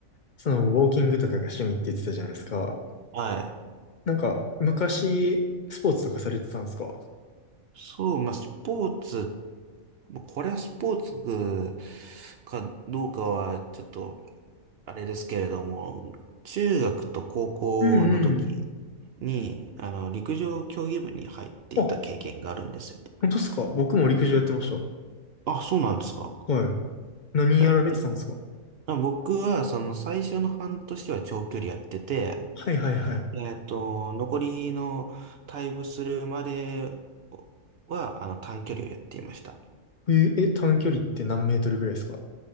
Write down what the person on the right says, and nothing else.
はい。
そう、まあ、スポーツまあこれはスポーツかどうかはちょっとあれですけれども、中学と高校の時
に、あの、陸上競技部に入っていた経験があるんですよね。
あ、そうなんですか。
えあ僕は、その最初の半年は長距離やってて、
えっと、残りの退部するまでは、あの、短距離をやっていました。